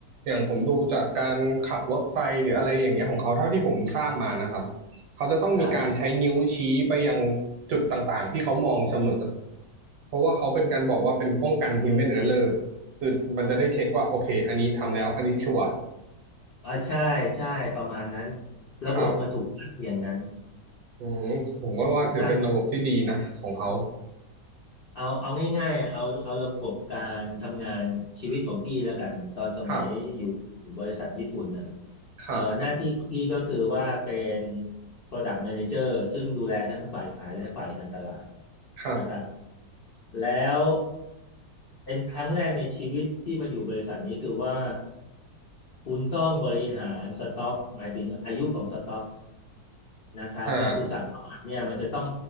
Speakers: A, on the right (about 75°); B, on the left (about 85°).
A: อย่างผมดูจากการขับรถไฟหรืออะไรอย่างเงี้ยของเขาเท่าที่ผมทราบมานะครับเขาจะต้องมีการใช้นิ้วชี้ไปยัง
B: ครับ
A: จุดต่างๆที่เขามองเสมอเพราะว่าเขาเป็นการบอกว่าเป็นป้องกัน human error คือมันจะได้เช็คว่าโอเคอันนี้ทำแล้วอันนี้ชัวร์
B: อ๋อใช่ใช่ประมาณนั้นระบบมันถูกสร้างอย่างนั้น
A: ครับอืมผมก็ว่าถือเป็นระบบที่ดีนะของเขา
B: ถูกสร้าง เอาเอาง่ายๆอ่ะเอาเอาระบบการทำงานชีวิตของพี่แล้วกันตอนสมัยอยู่อยู่บริษัทญี่ปุ่นน่ะ
A: ครับครับ
B: เอ่อหน้าที่พี่ก็คือว่าเป็น Product Manager ซึ่งดูแลทั้งฝ่ายขายและฝ่ายการตลาด
A: ครับ
B: นะครับแล้วเป็นครั้งแรกในชีวิตที่มาอยู่บริษัทนี้คือว่าคุณต้องบริหารสต็อกหมายถึงอายุของสต็อก นะครับว่าคุณสั่งเข้ามาเนี่ยมันจะต้อง
A: อ่า